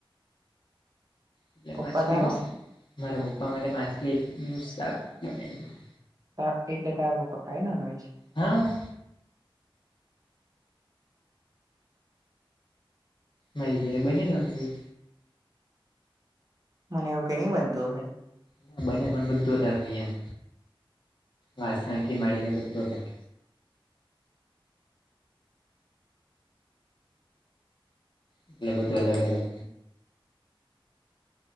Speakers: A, on the left; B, on the right.
A: એટલે
B: પપ્પા
A: માછલીનું
B: તારો
A: છે. મારા પપ્પા માટે માછલીનું શાક બનાવ્યું.
B: હા એટલે તો આવ પખાય નોનવેજ.
A: હા. મરી જા બની નોનવેજ.
B: મને એવું કે ની બનતું અહે.
A: ના, બને પણ બધુ અલગ હોઈ એમ, વાસણથી માડીને બધુ અલગ. એટલે બધું અલગ-અલગ.